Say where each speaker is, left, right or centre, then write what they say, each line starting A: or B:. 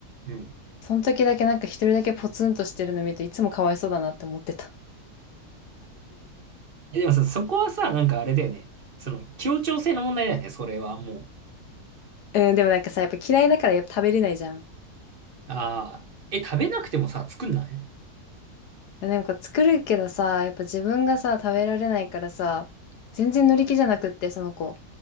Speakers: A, on the right; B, on the left.
A: うん。
B: その時だけなんか一人だけポツンとしてるの見るといつもかわいそうだなって思ってた。
A: えでもさ、そこはさ、なんかあれだよね。その、協調性の問題だよね、それはもう。
B: うん、でもなんかさ、やっぱ嫌いだからやっぱ食べれないじゃん。
A: ああ、え、食べなくてもさ、作んない
B: でもこう作るけどさ、やっぱ自分がさ、食べられないからさ、全然乗り気じゃなくって、その子。